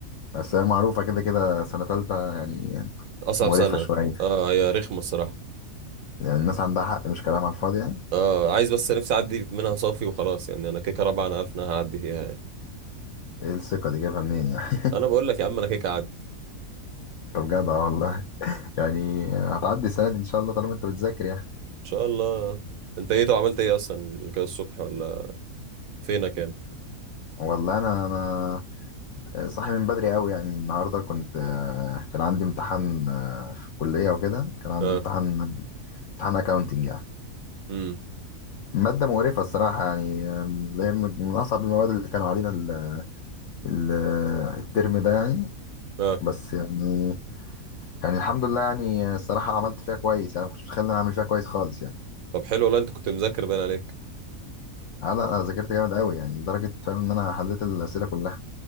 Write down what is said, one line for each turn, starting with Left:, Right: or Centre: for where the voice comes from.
Left: بس هي معروفة كده كده سنة تالتة يعني
Right: اصعب
Left: مقرفة
Right: سنه
Left: شوية
Right: اه هي رخمه الصراحه
Left: يعني الناس عندها حق مش كلام على الفاضي يعني
Right: اه عايز بس نفسي اعدي منها صافي وخلاص يعني انا كيكه رابعه انا عارف ان انا هعدي فيها يعني
Left: ايه الثقة دي جايبها منين يعني
Right: انا بقول لك يا عم انا كيكه اعدي
Left: <laughs> طب جدع والله يعني هتعدي السنة دي إن شاء الله طالما أنت بتذاكر يعني
Right: شاء الله انت ايه طب عملت ايه اصلا كده الصبح ولا فينك يعني
Left: والله أنا أنا صاحي من بدري أوي يعني النهاردة كنت آه، كان عندي امتحان آه، في الكلية وكده كان عندي
Right: اه
Left: امتحان امتحان أكاونتينج يعني
Right: امم
Left: مادة مقرفة الصراحة يعني آم، اللي هي من من أصعب المواد اللي كانوا علينا ال- ال- الترم ده يعني
Right: اه
Left: بس يعني يعني الحمد لله يعني الصراحة عملت فيها كويس يعني ما كنتش متخيل إن أنا أعمل فيها كويس خالص يعني
Right: طب حلو والله انت كنت مذاكر باين عليك
Left: أنا أنا ذاكرت جامد أوي يعني لدرجة فاهم إن أنا حليت الأسئلة كلها